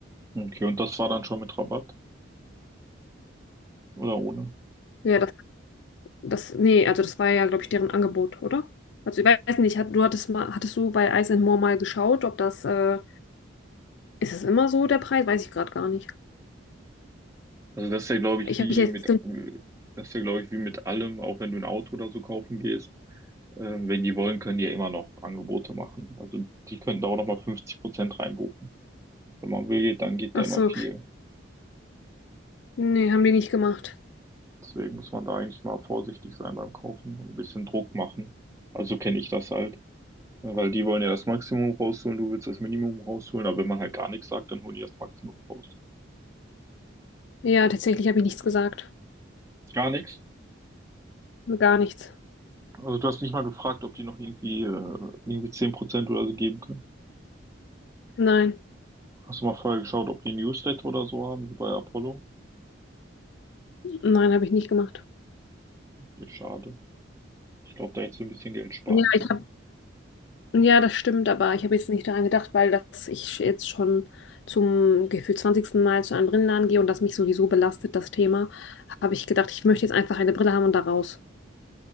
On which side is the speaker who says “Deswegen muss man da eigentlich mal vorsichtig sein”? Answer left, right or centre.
Right